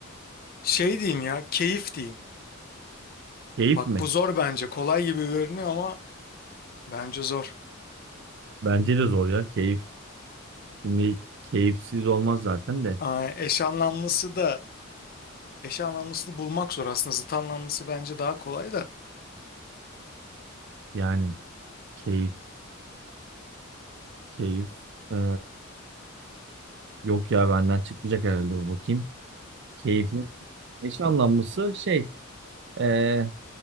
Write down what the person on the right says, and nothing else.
Keyif
mi?
Bence de zor ya. Keyif. Şimdi keyifsiz olmaz zaten de.
Yani keyif, keyif. Ee, yok ya benden çıkmayacak herhalde bu bakayım. Keyfin eş anlamlısı şey ee,